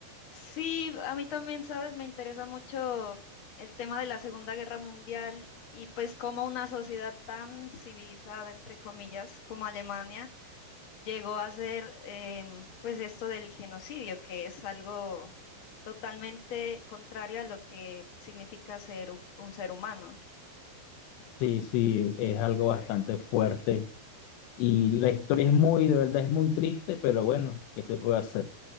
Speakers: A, on the left; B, on the left.
A: Sí, a mí también, sabes, me interesa mucho el tema de la Segunda Guerra Mundial y pues cómo una sociedad tan civilizada, entre comillas, como Alemania, llegó a hacer em, pues esto del genocidio, que es algo totalmente contrario a lo que significa ser u- un ser humano.
B: Sí, sí, es algo bastante fuerte. Y la historia es muy, de verdad, es muy triste, pero bueno, ¿qué se puede hacer?